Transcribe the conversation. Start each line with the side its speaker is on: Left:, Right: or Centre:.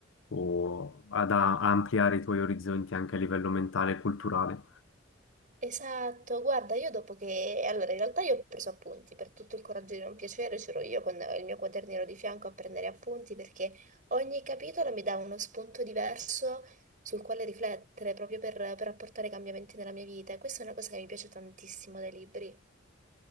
Left: o ad a- a ampliare i tuoi orizzonti anche a livello mentale e culturale.
Right: Esatto, guarda, io dopo che... Allora, in realtà io ho preso appunti, per tutto il coraggio di non piacere c'ero io con il mio quadernino di fianco a prendere appunti perché ogni capitolo mi dava uno spunto diverso sul quale riflettere, proprio per, per apportare cambiamenti nella mia vita. E questa è una cosa che mi piace tantissimo dai libri.